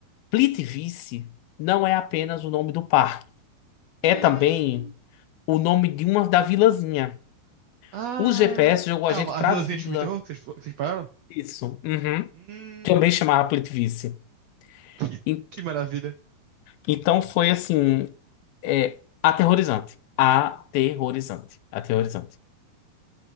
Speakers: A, on the left; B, on the right.
A: Plitvice não é apenas o nome do parque. É
B: Hum.
A: também o nome de uma da vilazinha.
B: Ah.
A: O GPS jogou a
B: Calma,
A: gente pra
B: a vilazinha
A: vila.
B: de filme de terror que vocês, fo- que vocês pararam?
A: Isso. Uhum.
B: Hum,
A: Também chamava Plitvice.
B: que,
A: E-
B: que maravilha.
A: Então foi assim, é, aterrorizante. Aterrorizante. Aterrorizante.